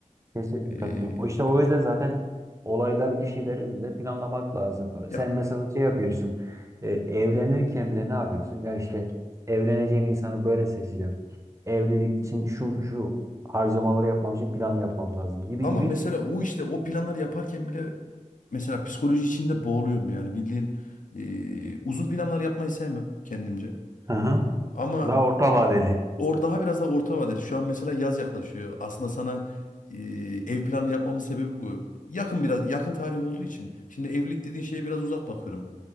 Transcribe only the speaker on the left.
Ee,
ya
ama
mesela o işte o planları yaparken bile mesela psikoloji içinde boğuluyorum yani bildiğin e, uzun planlar yapmayı sevmem kendimce.
Ama
Or daha biraz daha orta vadeli. Şu an mesela yaz yaklaşıyor. Aslında sana e, ev planı yapmamın sebebi bu. Yakın biraz yakın tarih olduğu için. Şimdi evlilik dediğin şeye biraz uzak bakıyorum.